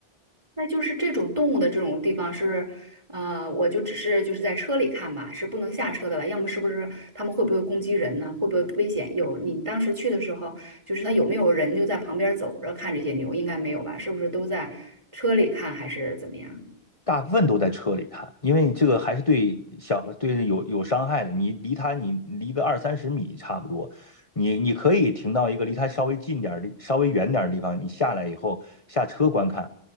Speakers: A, on the right (about 30°); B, on the left (about 30°).
A: 那就是这种动物的这种地方是，呃，我就只是就是在车里看吧，是不能下车的了。要么是不是他们会不会攻击人呢？会不会危险？有你当时去的时候，就是他有没有人就在旁边走着看这些牛？应该没有吧？是不是都在车里看还是怎么样？
B: 大部分都在车里看，因为这个还是对小对有有伤害的。你离它，你离个二三十米差不多，你你可以停到一个离它稍微近点儿的、稍微远点儿的地方，你下来以后下车观看。